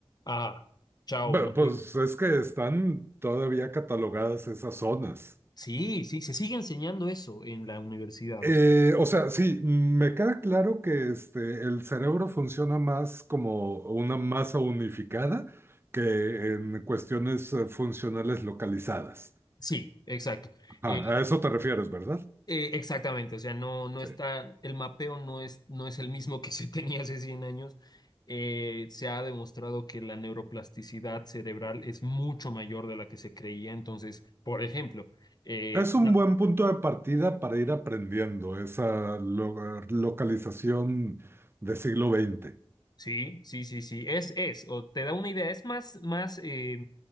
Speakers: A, on the left; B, on the right.
A: Ah, chao,
B: Bu-
A: no.
B: Pues
A: le-
B: es que están todavía catalogadas esas zonas.
A: Sí, sí, se sigue enseñando eso en la universidad. o
B: Eh,
A: sea.
B: o sea, sí, me queda claro que este, el cerebro funciona más como una masa unificada que en cuestiones eh, funcionales localizadas.
A: Sí, exacto.
B: Ajá,
A: Eh,
B: a eso te refieres, ¿verdad?
A: Eh, exactamente, o sea, no, no
B: Sí.
A: está, el mapeo no es, no es el mismo que se <laughs> tenía hace 100 años. Eh, se ha demostrado que la neuroplasticidad cerebral es mucho mayor de la que se creía. Entonces, por ejemplo, eh,
B: Es
A: una-
B: un buen punto de partida para ir aprendiendo esa lo- localización de siglo XX.
A: sí, sí, sí, sí, es, es, o te da una idea, es más, más eh,